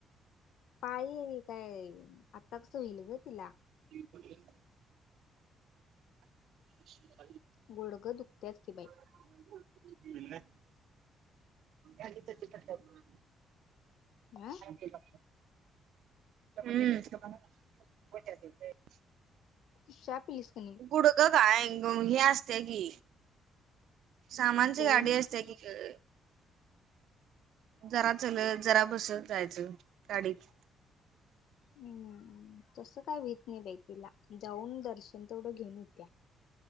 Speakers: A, on the left; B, on the right.
A: पायी काय आत्ता कसं होईल गं तिला?
B: पडलेत. बशिवलंय.
A: गुडघ दुखत्यात की बाई.
B: <inaudible> हम्म, आणि कशी करत्या बघ
A: हा
B: तू. <unintelligible> हम <unintelligible>
A: चहा पीलीस का नी?
B: कुडक कांग हे असते की सामानची
A: कोण
B: गाडी असतिया की गं. जरा चलत, जरा बसत जायचं गाडीत.
A: हम्म, तस काय होईत नाही बाई तिला जाऊन दर्शन तेवढं घेऊन येत्या.